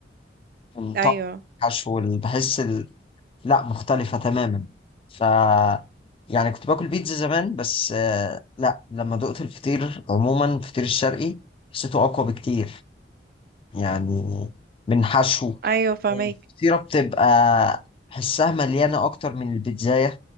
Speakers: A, on the left; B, on the right.
A: الطعم
B: ايوه
A: الحشو ال- بحس ال... لا مختلفه تماما ف يعني كنت باكل بيتزا زمان بس آه، لا لما دقت الفطير عموما الفطير الشرقي حسيته اقوى بكتير يعني من حشو
B: ايوه فاهمك
A: الفطيرة بتبقى حسها مليانة أكتر من البيتزاية